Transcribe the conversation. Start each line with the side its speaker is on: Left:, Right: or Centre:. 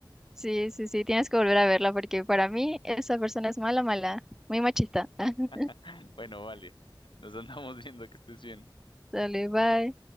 Centre: Sí, sí, sí, tienes que volver a verla porque para mí esa persona es mala, mala, muy machista. <laughs>
Left: <laughs> Bueno, vale. Nos andamos viendo que estés bien.
Centre: Dale, bye.